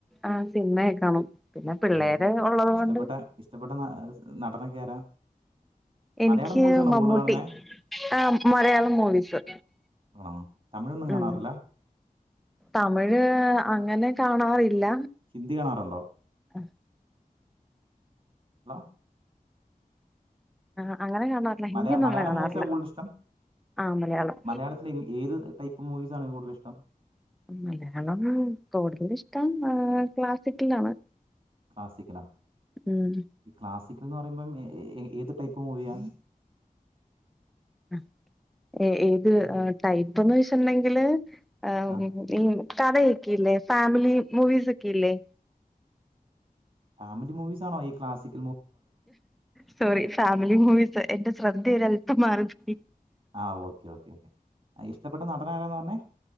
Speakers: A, in the centre; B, on the right (about 35°).
A: ആ സിനിമയൊക്കെ കാണും പിന്നെ പിള്ളേര്
B: ആഹ്
A: ഉള്ളത്
B: ഇഷ്ടപ്പെട്ട
A: കൊണ്ട്
B: ഇഷ്ടപ്പെട്ട ന- നടനൊക്കെ ആരാ
A: എനിക്ക്
B: മലയാളം മൂവീസാണോ
A: മമ്മൂട്ടി
B: കൂടുതൽ കാണുന്നേ
A: ആ മലയാളം മൂവീസ്
B: ആണോ തമിഴൊന്നും
A: ഉം
B: കാണാറില്ല
A: തമിഴ് അങ്ങനെ കാണാറില്ല
B: ഹിന്ദി കാണാറുണ്ടോ
A: അ
B: ഹലോ
A: ആ അങ്ങനെ കാണാറില്ല ഹിന്ദിയൊന്നും
B: മലയാ മലയാളം
A: അങ്ങനെ കാണാറില്ല
B: മൂവീസാ കൂടുതൽ ഇഷ്ടം
A: ആ മലയാളം
B: മലയാളത്തിൽ ഏത് ടൈപ്പ് മൂവീസാണ് കൂടുതൽ ഇഷ്ടം
A: മലയാളം കൂടുതൽ ഇഷ്ടം ഏ ക്ലാസിക്കലാണ്
B: ക്ലാസിക്കലോ
A: ഉം
B: ഈ ക്ലാസ് ക്കൽന്ന് പറയുമ്പം ഏ ഏത് ടൈപ്പ് മൂവിയാ
A: അ ഏ ഏത് ടൈപ്പന്ന് വെച്ചിണ്ടെങ്കില് ആം
B: ആഹ്
A: ഈ കഥയൊക്കെ ഇല്ലേ ഫാമിലി മൂവീസ് ഒക്കെ ഇല്ലേ?
B: ഫാമിലി മൂവീസ് ആണോ ഈ ക്ലാസിക്
A: സോറി ഫാമിലി മൂവീസ് എന്റെ ശ്രദ്ധഒരൽപ്പം മാറി പോയി.
B: ആ ഓക്കെ ഓക്കേ ക്കെ ഇഷ്ടപ്പെട്ട നടൻ ആരാന്നാ പറഞ്ഞെ?